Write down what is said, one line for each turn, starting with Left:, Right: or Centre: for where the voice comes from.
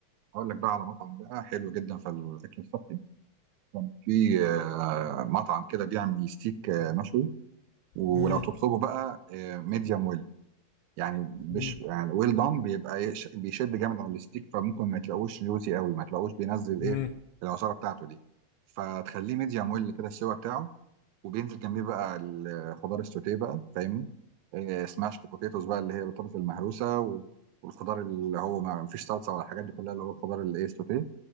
Right: هقول لك بقى على مطعم بقى حلو جدا في الاكل الصحي كان في آه، مطعم كده بيعمل ستيك آه، مشوي ولو
Left: مم،
Right: تطلبه بقى ميديوم ويل يعني
Left: مم،
Right: مش يعني ويل دان بيبقى يش- بيشد جامد على الستيك فممكن ما تلاقوش جوسي قوي ما تلاقوش بينزل
Left: مم،
Right: ايه العصاره بتاعته دي فتخليه ميديوم ويل كده السوا بتاعه وبينزل جنبيه بقى الخضار السوتيه بقى فاهمني إيه سماشت بوتيتوز بقى اللي هي البطاطس المهروسه و- والخضار اللي هو ما فيش صلصه ولا الحاجات دي كلها اللي هو الخضار اللي ايه السوتيه